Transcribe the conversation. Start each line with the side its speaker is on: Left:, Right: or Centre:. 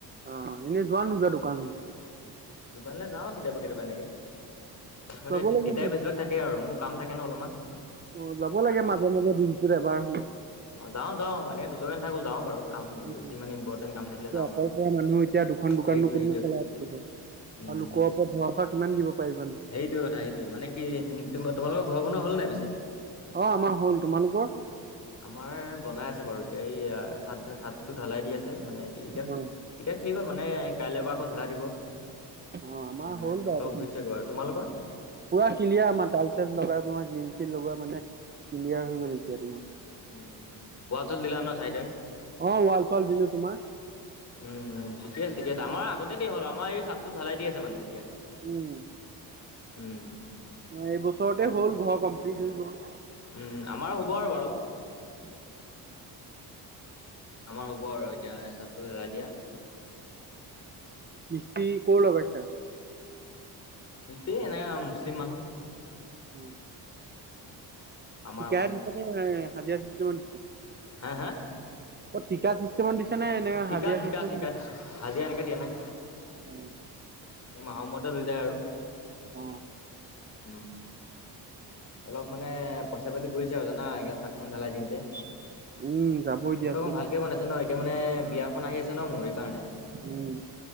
Right: অঁ, এনে যোৱা নে নোযোৱা দুকানলে?
Left: দোকানলৈ যাওঁ কেতিয়াবা কেতিয়াবা এনেকে মানে
Right: যাব
Left: দেউতাই
Right: লাগে ম
Left: বেছিভাগ থাকে। তাকে আৰু মোৰ কাম থাকে ন অলপমান।
Right: অঁ, যাব লাগে মাজে মাজে দিনটোত এবাৰ হলেও।
Left: অঁ, যাও যাও এনেকে নোজোৱাকে নাথাকো যাওঁ বাৰু। কামটো
Right: এতিয়া
Left: বেছি মানে ইম্পৰ্টেণ্ট কাম থাকিলে যাওঁ
Right: অকলশৰীয়া
Left: বাৰু
Right: মানুহ এতিয়া দুখন দোকাননো
Left: সেইটোৱে
Right: কোননো
Left: সেইটোৱে
Right: চলাই
Left: কথা।
Right: থাকিব
Left: উম
Right: আৰু লোকৰ
Left: সেইটো
Right: ওপৰত
Left: সেইটোৱে
Right: ভৰসা কিমান দিব পাৰিবানো
Left: কথা সেইটোৱে মানে কি <unintelligible> তোমালোকৰ ঘৰ বনোৱা হ'ল নে নাই পিছে?
Right: অ', আমাৰ হ'ল তোমালোকৰ?
Left: আমাৰ বনাই আছে বাৰু এতিয়া এই আ চাদ চাদটো ঢালাই দি আছে মানে ইটা-ইটা এতিয়া
Right: অ
Left: শেষ হ'ল মানে কাইলৰ পৰা আকৌ ঢালাই দিব।
Right: অ আমাৰ
Left: টিয়া মানে
Right: হ'ল বাৰু
Left: অলপ হৈছে গৈ তোমালোকৰ
Right: পুৰা ক্লিয়াৰ আমাৰ টাইল্চ চাইল্চ লগাই তোমাৰ গ্ৰিল শ্ৰিল লগোৱা মানে ক্লিয়াৰ হৈ গ'ল এতিয়া তোমাৰ
Left: উম ওৱাল চোৱাল দিলা ন চাইডে
Right: অ ৱাল চোৱাল দিলো তোমাৰ
Left: উম ঠিকে আছে দিয়া আমাৰ আগতে দিয়া হ'ল আমাৰ এই চাদটো ঢালাই দি আছে মানে এতিয়া।
Right: উম।
Left: উম।
Right: এইবছৰতে হ'ল ঘৰ কমপ্লিট হৈ গ'ল।
Left: উম আমাৰো হ'ব আৰু বাৰু।
Right: <unintelligible>
Left: আমাৰ হ'ব আৰু এতিয়া এই চাদটো ঢালাই দিয়া।
Right: মিস্ৰী ক'ৰ লগাইছা?
Left: মিস্ত্ৰী এনে মুছলিম মানুহ।
Right: উম।
Left: আমাৰ
Right: ঠিকাই
Left: অকণ
Right: দিছা নে হাজিৰা চিষ্টেমত দিছা।
Left: আ হা
Right: অ', ঠিকা চিষ্টেমত দিছা নে? নে
Left: ঠিকা-ঠিকা
Right: হাজিৰা চিষ্টেমত
Left: -ঠিকা দিছো হাজিৰা এনেকে দিয়া নাই।
Right: অ'।
Left: এমাহৰ মূৰতে লৈ যায় আৰু।
Right: অ
Left: উম। অলপ মানে পইচা পাতি গৈছে আৰু জানা এনেকে চাদখন ঢালাই দিওঁতে।
Right: উম যাবই দিয়াচোন
Left: ঘৰটো অকমান ভালকে বনাইছো ন এতিয়া মানে বিয়াখন আহি আছে ন মোৰ এই কাৰণে।
Right: উম।